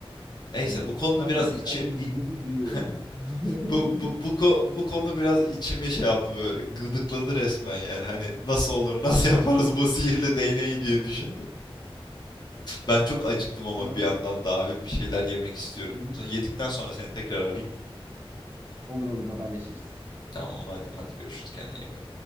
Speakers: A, on the left; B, on the right.
A: Neyse
B: Aynen.
A: bu konu
B: Tam
A: biraz
B: güzel
A: içi
B: bir modu
A: i-
B: bir
A: <laughs>
B: oldu. <laughs>
A: bu bu bu, ko- bu konu biraz içimi şey yaptı böyle gıdıkladı resmen yani hani nasıl olur <laughs> nasıl yaparız bu sihirli değneği diye düşündüm. Ben çok acıktım ama
B: Aa,
A: bir yandan da abi bir şeyler yemek istiyorum.
B: hı hı.
A: Yedikten sonra seni tekrar arayayım mı?
B: Olur olur haberleşiriz.
A: Tamam madem hadi görüşürüz kendine iyi bak.